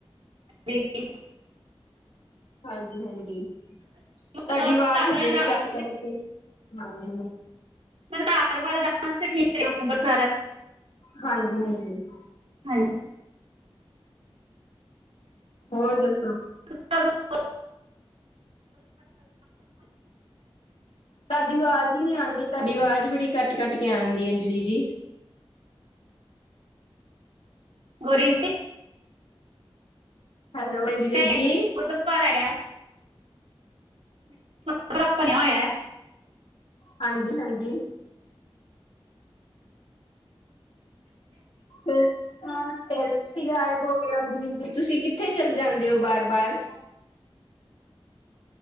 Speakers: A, on the right; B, on the left.
A: ਬੇਟੀ
B: ਹਾਂਜੀ ਹਾਂਜੀ ਤੁਹਾਡੀ
A: ਅਹ,
B: ਆਵਾਜ਼
A: ਘਰ
B: ਹਜੇ
A: ਵਾਲਿਆਂ ਦਾ
B: ਵੀ ਕੱਟ ਕੱਟ ਕੇ ਹਾਂਜੀ
A: ਪਰ ਘਰ ਬਾਰੇ ਤਾਂ ਅੰਮ੍ਰਿਤ ਠੀਕ ਰਹੇ ਅੰਮ੍ਰਿਤਸਰ। <unintelligible>
B: ਹਾਂਜੀ ਹਾਂਜੀ
A: ਹਾਂ
B: ਹੋਰ ਦੱਸੋ
A: - <unintelligible>
B: ਤਾਡੀ ਵਾਜ਼ ਹੀ ਨਹੀਂ ਆਂਦੀ ਤਾਡੀ ਵਾਜ਼ ਬੜੀ ਕੱਟ ਕੱਟ ਕੇ ਆਂਦੀ ਅੰਜਲੀ ਜੀ
A: ਗੌਰੀ
B: ਹੈਲੋ ਅੰਜਲੀ
A: ਮੈਂ ਕਹਿੰਦੀ
B: ਜੀ
A: ਗੁਰਦੁਆਰਾ ਹੈਗਾ। <unintelligible> ਬੜਾ <unintelligible> ਬਣਿਆ ਹੋਇਆ ਐ
B: ਹਾਂਜੀ ਹਾਂਜੀ ਹੂੰ। <unintelligible> ਹਾਂ ਫਿਰ ਤੁਸੀਂ ਗਾਇਬ ਹੋ ਗਏ ਅੰਜਲੀ ਜੀ ਤੁਸੀਂ ਕਿੱਥੇ ਚਲ ਜਾਂਦੇ ਓ ਬਾਰ ਬਾਰ
A: <inaudible>